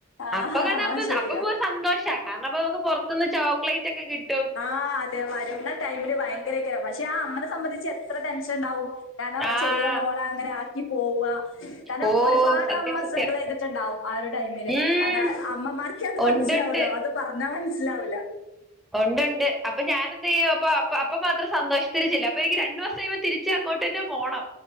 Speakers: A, on the left; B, in the centre.
A: ആ
B: അപ്പൊ കാണപ്പ
A: ശരിയാ
B: അപ്പൊ പോ സന്തോഷാ കാരണം അപ്പൊ നമുക്ക് പുറത്ത് നിന്ന് ചോക്ലേറ്റ് ഒക്കെ കിട്ടും
A: ആഹ് അതെ വരുന്ന ടൈമില് ഭയങ്കരെക്കാരം പക്ഷെ ആ അമ്മനെ സംബന്ധിച്ച് എത്ര ടെൻഷൻ ഇണ്ടാവും കാരണം
B: ആ
A: ചെറിയ മോളെ അങ്ങനെ ആക്കി പോവാ കാരണം
B: ഓ
A: ഒരുപാട്
B: സത്യം
A: അമ്മ
B: സത്യം
A: സ്ട്രഗിൾ ചെയ്തിട്ടുണ്ടാവും ആ ഒരു ടൈമില്
B: ഉം
A: കാരണം അമ്മമാർക്കേ അത്
B: ഉണ്ടുണ്ട്
A: മനസ്സിലാവുള്ളൂ അത് പറഞ്ഞാൽ മനസ്സിലാവൂല്ല
B: ഒണ്ട് ഒണ്ട് അപ്പൊ ഞാൻ എന്ത് ചെയ്യും അപ്പൊ അപ്പൊ മാത്രം സന്തോഷത്തില് ചെല്ലും അപ്പൊ എനിക്ക് രണ്ട് ദിവസം <unintelligible> തിരിച്ചു അങ്ങോട്ട്തന്നെ പോണം